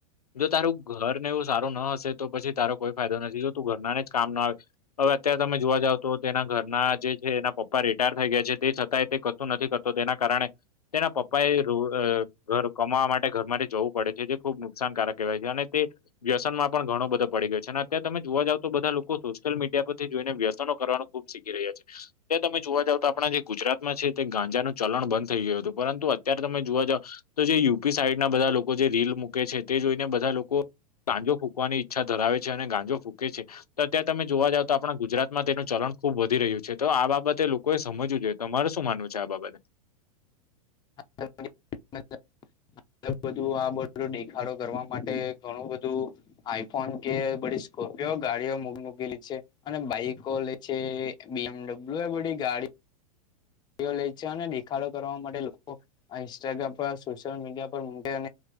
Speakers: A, on the left; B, on the left.
A: જો તારું ઘર ને એવું સારું ના હશે તો પછી તારો કોઈ ફાયદો નથી, જો તું ઘરનાને જ કામ ના આવે. હવે અત્યારે તમે જોવા જાવ તો તેના ઘરના જે છે, એના પપ્પા રિટાયર થઈ ગયા છે તે થતાં તે કછું નથી કરતો તેના કારણે તેના પપ્પા એ ઘર કમાવા માટે ઘર માટે જવું પડે છે જે ખુબ નુકસાનકારક કહેવાય છે અને તે વ્યસનમાં પણ ઘણો બધો પડી ગયો છે અને અત્યારે તમે જોવા જાવ તો બધા લોકો સોશિયલ મીડિયા પરથી જોઈને વ્યસનો કરવાનું ખુબ કે રહ્યા છે. ત્યાં તમે જોવા જાવ તો આપણા જે ગુજરાતમાં છે તે ગાંજાનું ચલણ બંધ થઈ ગયું હતું. પરંતુ અત્યારે તમે જોવા જાવ તો જે યુપી સાઈડના બધા લોકો જે રીલ મૂકે છે તે જોઈને બધા લોકો ગાજો ફૂકવાની ઈચ્છા ધરાવે છે અને ગાંજો ફૂકે છે. તો અત્યાંરે તમે જોવા જાવ તો આપણા ગુજરાતમાં તેનું ચલણ ખુબ વધી રહ્યું છે, તો આ બાબતે લોકોએ સમજવું જોઈએ. તમારૂ શું માનવું છે આ બાબતે?
B: <unintelligible> વધુ પડતું બધું આ બધું દેખાડો કરવા માટે ઘણું બધું આઈફોન કે બડી સ્કોર્પિયો ગાડીઓે મોંઘી મોંઘી લી છે અને બાઈકો લે છે બી એમડબલ્યુ એ બધી ગાડી ઓ લે છે અને દેખાડો કરવા માટે લોકો આ ઇન્સ્ટાગ્રામ પર સોશિયલ મીડિયા પર મૂકે